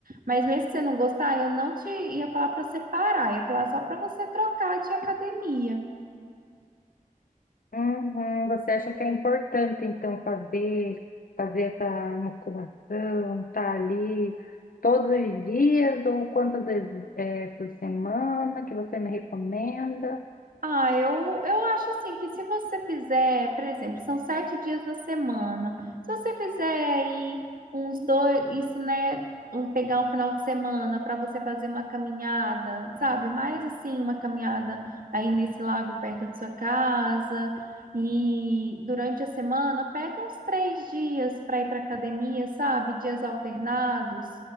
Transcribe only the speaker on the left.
Uhum, Você acha que é importante, então, fazer, fazer essa musculação, tá ali todos os dias ou quantas vezes é, por semana que você me recomenda?